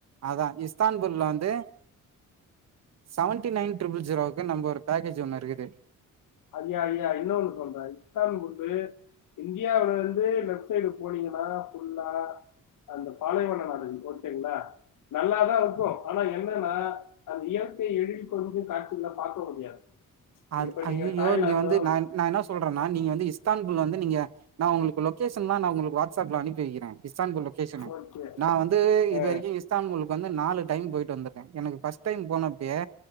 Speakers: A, on the right; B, on the left.
A: அதா இஸ்தான்புல் வந்து செவன்டி நைன் ட்ரிபிள் ஜீரோவுக்கு நம்ப ஒரு பேக்கேஜ் ஒன்னு இருக்குது
B: ஐயா ஐயா இன்னொன்னு சொல்றே இஸ்தான்புல்லு இந்தியாவுலருந்து லெஃப்ட் சைடு போனீங்கனா ஃபுல்லா அந்த பாலைவன நாடுகள் ஓகேங்ளா நல்லாதாருக்கு ஆனா என்னனா அந்த இயற்கை எழில் கொஞ்சு காட்சிகள பாக்க முடியாது
A: அது
B: இப்ப
A: அய்யய்யோ
B: தாய்லாந்தோ
A: நீங்க வந்து நான் நா என்ன சொல்றனா நீங்க வந்து இஸ்தான் புல் வந்து நீங்க நா உங்ளுக்கு லொகேஷன்லா நா உங்களுக்கு வாட்ஸ்அப்ல அனுப்பி வக்கிறே இஸ்தான்புல் லொகேஷனு
B: ஓகே
A: நா வந்து
B: ஓகே
A: இதுரைக்கு இஸ்தான்புல்கு வந்து நாலு டைம் போயிட்டு வந்துர்கே எனக்கு பஸ் டைம் போனப்பயே